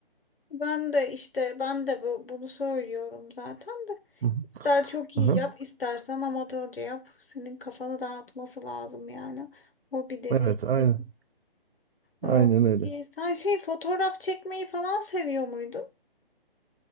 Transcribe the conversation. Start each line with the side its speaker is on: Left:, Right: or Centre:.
Left: Ben de işte ben de bu, bunu söylüyorum zaten de.
Right: Hı hı.
Left: İster çok iyi
Right: Aha.
Left: yap, istersen amatörce yap. Senin kafanı dağıtması lazım yani. Hobi dediğin
Right: Evet, aynen.
Left: şey.
Right: Aynen
Left: Ee,
Right: öyle.
Left: peki sen şey fotoğraf çekmeyi falan seviyor muydun?